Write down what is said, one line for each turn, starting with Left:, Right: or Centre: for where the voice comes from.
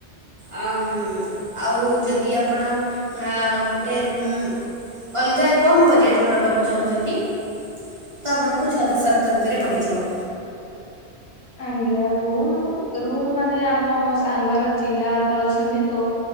Right: ଆଉ, ଆଉ ଯଦି ଆପଣ ଆନ ଗୋଟେ ରୁମ୍ ଅଲଗା କମ୍ ବଜେଟ ର ନବାକୁ ଚାହୁଁଛନ୍ତି ତ ଆପଣଙ୍କୁ ଛଅ ଶ ସାତଶ ଭିତରେ ପଡ଼ିଯିବ।
Left: ଆଜ୍ଞା ରୁମ ରୁମ ମାନେ ଆମ ସାଙ୍ଗର ଚିହ୍ନାବାପା ଅଛନ୍ତି ତ।